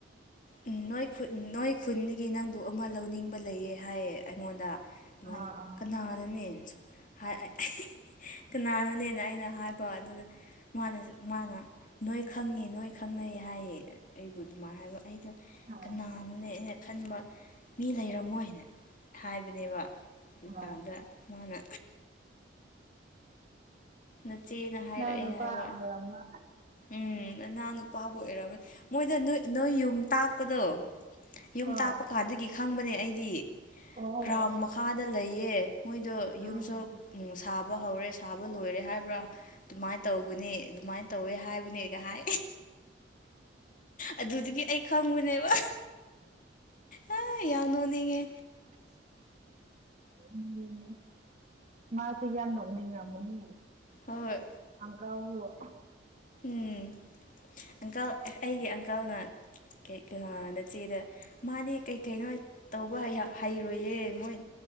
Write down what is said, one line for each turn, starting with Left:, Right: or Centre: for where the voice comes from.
Left: ꯎꯝ ꯅꯣꯏ ꯈꯨ ꯅꯣꯏ ꯈꯨꯟꯗꯒꯤ ꯅꯪꯕꯨ ꯑꯃ ꯂꯧꯅꯤꯡꯕ ꯂꯩꯌꯦ ꯍꯥꯏꯌꯦ ꯑꯩꯉꯣꯟꯗ ꯑꯗꯨꯃꯥꯏꯅ
Right: ꯑꯥ ꯑꯥ
Left: ꯀꯅꯥꯅꯣꯅꯦ <unintelligible> <unintelligible> ꯀꯅꯥꯅꯣꯅꯦꯅ ꯑꯩꯅ ꯍꯥꯏꯕ ꯑꯗꯨꯗ ꯃꯥꯅꯁꯨ ꯃꯥꯅ ꯅꯣꯏ ꯈꯪꯉꯦ ꯅꯣꯏ ꯈꯪꯅꯩ ꯍꯥꯏꯌꯦ ꯑꯩꯕꯨ ꯑꯗꯨꯃꯥꯏ ꯍꯥꯏꯕ ꯑꯩꯗꯣ
Right: ꯑꯥ
Left: ꯀꯅꯥꯅꯣꯅꯦ ꯑꯩꯅ ꯈꯟꯕ ꯃꯤ ꯂꯩꯔꯝꯃꯣꯏꯅ ꯍꯥꯏꯕꯅꯦꯕ ꯍꯧꯖꯤꯛꯀꯥꯟꯗ
Right: ꯑꯥ
Left: ꯃꯥꯅ ꯅꯆꯦꯅ ꯍꯥꯏꯔꯛꯑꯦ
Right: ꯅꯪ ꯅꯨꯄꯥ
Left: ꯍꯥꯏꯕ
Right: ꯑꯣꯏꯔꯝꯕ
Left: ꯎꯝ ꯅꯅꯥꯎ ꯅꯨꯄꯥꯕꯨ <unintelligible> ꯃꯣꯏꯗ ꯅꯣꯏ ꯅꯣꯏ ꯌꯨꯝ ꯇꯥꯛꯄꯗꯣ
Right: ꯑꯥ
Left: ꯌꯨꯝ
Right: ꯑꯣ
Left: ꯇꯥꯛꯄ ꯀꯥꯟꯗꯒꯤ ꯈꯪꯕꯅꯦ ꯑꯩꯗꯤ
Right: ꯑꯣ
Left: ꯒ꯭ꯔꯥꯎꯟ ꯃꯈꯥꯗ ꯂꯩꯌꯦ ꯃꯣꯏꯗꯣ ꯌꯨꯝꯁꯨ
Right: ꯑꯥ ꯑꯥ
Left: ꯎꯝ ꯁꯥꯕ ꯍꯧꯔꯦ ꯁꯥꯕ ꯂꯣꯏꯔꯦ ꯍꯥꯏꯕ꯭ꯔꯥ ꯑꯗꯨꯃꯥꯏꯅ ꯇꯧꯕꯅꯤ ꯑꯗꯨꯃꯥꯏꯅ ꯇꯧꯋꯦ ꯍꯥꯏꯕꯅꯦꯒ ꯍꯥꯏ ꯑꯗꯨꯗꯒꯤ ꯑꯩ ꯈꯪꯕꯅꯦꯕ ꯑ ꯌꯥꯝ ꯅꯣꯛꯅꯤꯡꯉꯦ
Right: <inaudible> ꯃꯥꯁꯨ ꯌꯥꯝ ꯅꯣꯛꯅꯤꯡꯔꯝꯒꯅꯤ
Left: ꯍꯣꯏ
Right: <unintelligible>
Left: ꯎꯝ ꯑꯪꯀꯜ ꯑꯩꯒꯤ ꯑꯪꯀꯜꯅ <unintelligible> ꯅꯆꯦꯗ ꯃꯥꯗꯤ ꯀꯩꯀꯩꯅꯣ ꯇꯧꯕ <unintelligible> ꯍꯩꯔꯣꯏꯌꯦ ꯃꯣꯏ